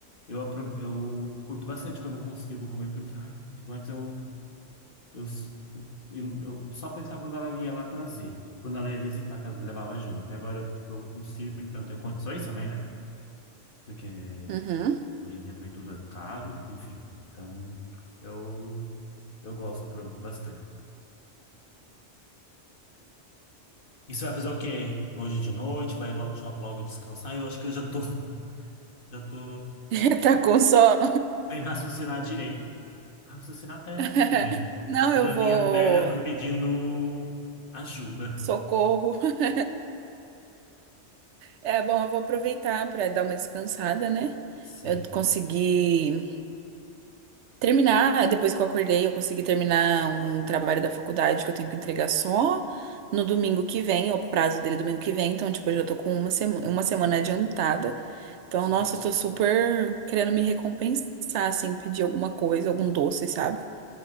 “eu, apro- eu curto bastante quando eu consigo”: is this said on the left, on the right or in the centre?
Left